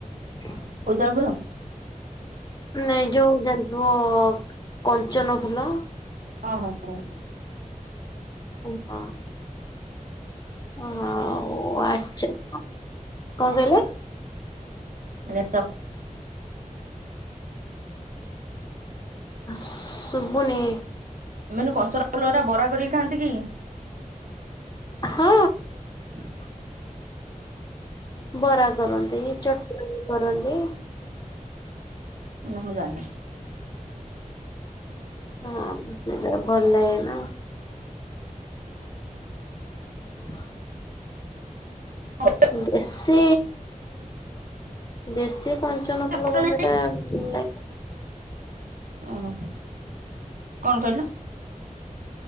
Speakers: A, on the left; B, on the right.
A: ହ <inaudible>
B: <unintelligible>
A: ନାଇଁ ଯୋଉ ଜାଣିଥିବ କଞ୍ଚନ ଫୁଲ।
B: ହଁ ହଁ ହଁ।
A: <unintelligible> ଆଉ ଆଚ୍ଛା କଣ କହିଲେ?
B: ମାନେ
A: ଶୁବୁନି
B: ଏମାନେ କଞ୍ଚରା ଫୁଲରା ବରା କରିକି ଖାଆନ୍ତି କି?
A: ହଁ।
B: ହ <inaudible>
A: ବରା କରନ୍ତି ଚଟଣି କରନ୍ତି।
B: ନାଁ ମୁଁ ଜାଣିନି।
A: ହଁ ସେଟା ଭଲ ଲାଗେ ନା। ହ <inaudible>
B: ହଉ।
A: ବେଶୀ ଦେଶୀ କଞ୍ଚନ ଫୁଲ
B: ଭାତ ନାହିଁ
A: ଘର ଟା ଲା
B: ଓହୋ କଣ କହିଲ?